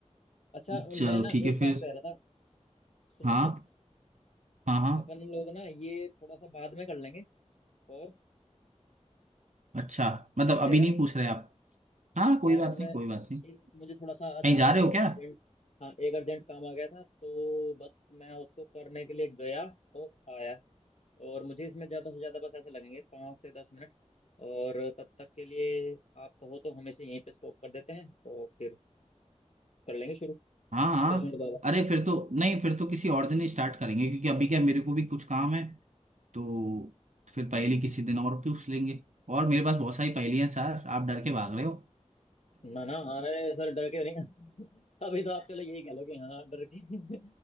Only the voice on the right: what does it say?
<laughs> चलो
ठीक है
फिर
हाँ
हाँ हाँ
अच्छा मतलब
अभी
नहीं
पूछ रहे आप हाँ कोई
बात
नहीं कोई बात नहीं
कहीं
जा रहे हो
क्या
हाँ हाँ
अरे फिर तो नहीं फिर तो किसी और दिन ही स्टार्ट करेंगे क्योंकि अभी क्या मेरे को भी कुछ काम है तो फिर पहेली किसी दिन और पूछ लेंगे और मेरे पास बहुत सारी पहेलियां हैं सर आप डर के भाग रहे हो